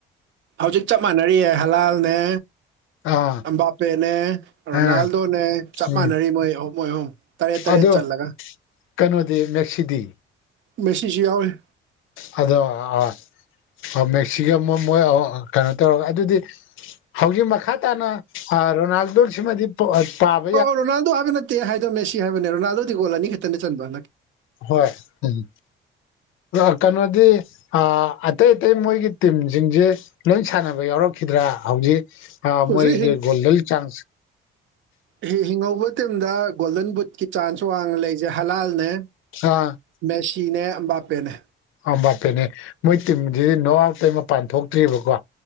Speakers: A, on the right; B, on the left.
A: ꯍꯧꯖꯤꯛ ꯆꯞ ꯃꯥꯟꯅꯔꯤꯑ ꯍꯂꯥꯜꯅꯦ
B: ꯑꯥ
A: ꯑꯝꯕꯥꯄꯦꯅꯦ ꯔꯣꯅꯥꯜꯗꯣꯅꯦ
B: ꯑꯥ
A: ꯆꯞ
B: ꯎꯝ
A: ꯃꯥꯟꯅꯔꯤ ꯃꯣꯏ ꯑꯍꯨꯝ ꯃꯣꯏ ꯑꯍꯨꯝ ꯇꯔꯦ ꯇꯔꯦ
B: ꯑꯗꯣ
A: ꯆꯜꯂꯒ
B: ꯀꯩꯅꯣꯗꯤ ꯃꯦꯛꯁꯤꯗꯤ
A: ꯃꯦꯁꯤꯖꯨ ꯌꯥꯎꯔꯤ
B: ꯑꯗꯣ ꯑ ꯑ ꯃꯦꯛꯁꯤꯒ ꯃꯣꯏ ꯃꯣꯏ ꯑꯌꯣ ꯀꯩꯅꯣ ꯇꯧꯔꯒ ꯑꯗꯨꯗꯤ ꯍꯧꯖꯤꯛ ꯃꯈꯥ ꯇꯥꯅ ꯑ ꯔꯣꯅꯥꯜꯗꯣ ꯁꯤꯃꯗꯤ <unintelligible>
A: ꯑꯣ ꯑꯣ ꯔꯣꯅꯥꯜꯗꯣ ꯍꯥꯏꯕ ꯅꯠꯇꯦ ꯍꯥꯏꯗꯣ ꯃꯦꯁꯤ ꯍꯥꯏꯕꯅꯦ ꯔꯣꯅꯥꯜꯗꯣꯗꯤ ꯒꯣꯜ ꯑꯅꯤꯈꯤꯛꯇꯅꯦ ꯆꯟꯕ ꯍꯟꯗꯛꯀꯤ
B: ꯍꯣꯏ ꯎꯝ ꯔꯥ ꯀꯩꯅꯣꯗꯤ ꯑ ꯑꯇꯩ ꯑꯇꯩ ꯃꯣꯏꯒꯤ ꯇꯤꯝꯖꯤꯡꯖꯦ ꯂꯣꯏꯟ ꯁꯥꯟꯅꯕ ꯌꯥꯎꯔꯛꯈꯤꯗ꯭ꯔꯥ ꯍꯧꯖꯤꯛ ꯑ
A: ꯍꯧꯖꯤꯛ
B: ꯃꯣꯏꯒꯤ ꯒꯣꯜꯗꯜ ꯆꯥꯟꯁ
A: ꯍꯤꯡ ꯍꯤꯡꯍꯧꯕ ꯃꯇꯝꯗ ꯒꯣꯜꯗꯟ ꯕꯨꯠꯀꯤ ꯆꯥꯟꯁ ꯋꯥꯡꯅ ꯂꯩꯁꯦ ꯍꯂꯥꯜꯅꯦ
B: ꯑꯥ
A: ꯃꯦꯁꯤꯅꯦ ꯑꯝꯕꯥꯄꯦꯅꯦ
B: ꯑ ꯑ ꯕꯥꯄꯦꯅꯦ ꯃꯣꯏ ꯇꯤꯝꯖꯤ ꯅꯣꯛ ꯑꯥꯎꯠꯇꯩ ꯃꯄꯥꯟ ꯊꯣꯛꯇ꯭ꯔꯤꯕꯀꯣ